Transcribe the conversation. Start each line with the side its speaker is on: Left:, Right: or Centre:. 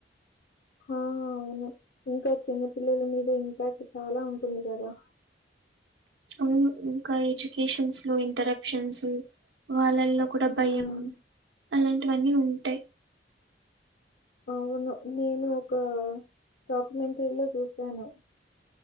Left: హా అవును ఇంకా చిన్నపిల్లల మీద ఇంపాక్ట్ చాలా ఉంటుంది కదా
Right: అవును ఇంకా ఎడ్యుకేషన్స్ లో ఇంటరప్షన్స్ వాళ్ళలో కూడా భయం
Left: హ్మ్.
Right: అలాంటివన్నీ ఉంటాయి
Left: అవును నేను ఒక డాక్యుమెంటరీ లో చూశాను